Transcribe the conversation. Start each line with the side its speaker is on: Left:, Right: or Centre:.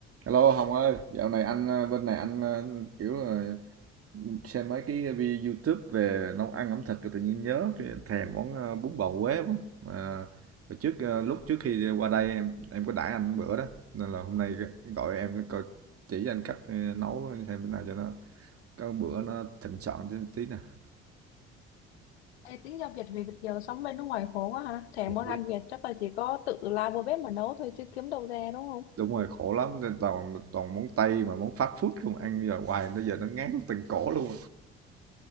Right: Hello Hồng ơi, dạo này anh ờ, bên này anh ờ, kiểu là xem mấy cái video YouTube về nấu ăn ẩm thực rồi tự nhiên nhớ cái thèm món ờ, bún bò Huế quá. Mà hồi trước ờ, lúc trước khi qua đây em em có đãi anh bữa đó nên là hôm nay gọi em coi chỉ cho anh cách ờ, nấu xem thế nào cho nó có bữa nó thịnh soạn tí, tí nè.
Left: Ê, tính giao Việt vì Việt kiều sống bên nước ngoài khổ quá ha. Thèm
Right: Khổ
Left: món
Right: lắm.
Left: ăn Việt chắc là chỉ có tự lao vô bếp mà nấu thôi chứ kiếm đâu ra đúng không?
Right: Đúng rồi, khổ lắm nên toàn toàn món Tây mà món fast food không ăn giờ hoài nó giờ nó ngán từng cổ luôn.